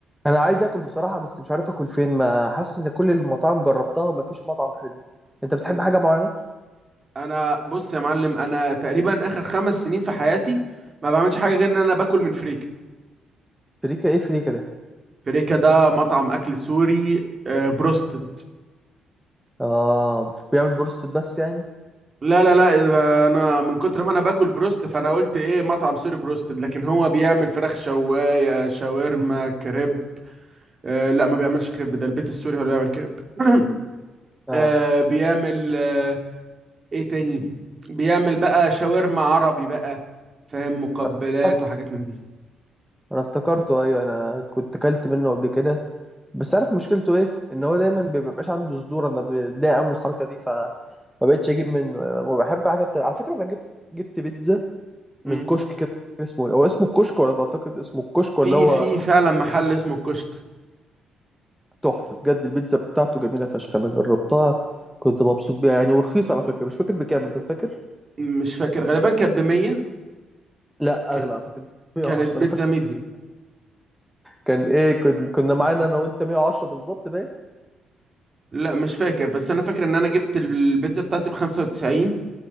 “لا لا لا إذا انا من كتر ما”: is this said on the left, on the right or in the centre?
Right